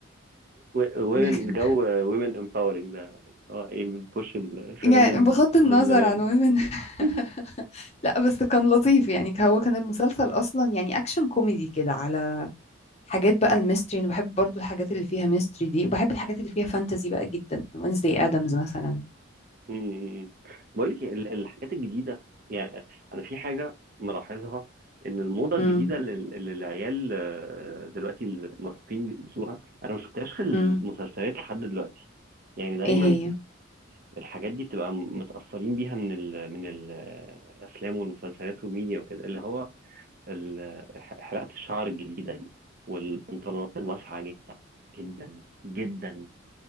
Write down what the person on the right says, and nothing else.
ومن
جو ومن empowering ده اه ايه بتبوش الفيمينيزم
من زمان
<laughs>
مم. بقول لك ال- الحاجات الجديدة يعني أنا في حاجة ملاحظها إن الموضة الجديدة
لل- اللي العيال آه، دلوقتي المراهقين بيلبسوها أنا ما شفتهاش في المسلسلات
لحد دلوقتي يعني دايما
الحاجات دي بتبقى م- متأثرين بيها من ال من الأفلام والمسلسلات والميديا وكده اللي هو ال- ح- حلقة الشعر الجديدة دي والبنطلونات الواسعة جدا جدا جدا